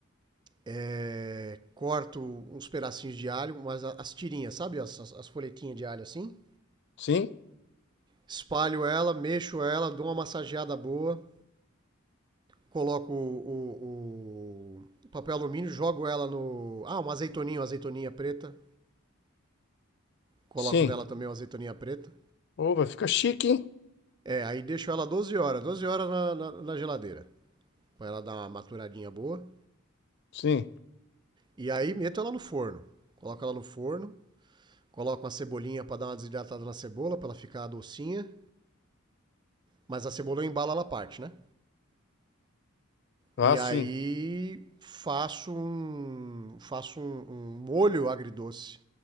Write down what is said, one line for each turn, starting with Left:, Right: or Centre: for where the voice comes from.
Right: É, corto uns pedacinhos de alho, mas as tirinhas, sabe? As, as- folhetinhas de alho assim.
Left: sim,
Right: Espalho ela, mexo ela, dou uma massageada boa. Coloco o, o- o papel alumínio, jogo ela no. Ah, uma azeitoninha, uma azeitoninha preta. Coloco
Left: sim.
Right: nela também uma azeitoninha preta.
Left: Ô, vai ficar chique, hein?
Right: É, aí deixo ela 12 horas, 12 horas na, na- na geladeira. Pra ela dar uma maturadinha boa.
Left: Sim.
Right: E aí meto ela no forno. Coloco ela no forno. Coloco uma cebolinha pra dar uma desidratada na cebola, pra ela ficar docinha. Mas a cebola eu embalo ela parte, né?
Left: Ah,
Right: E
Left: sim.
Right: aí faço um, faço um, um molho agridoce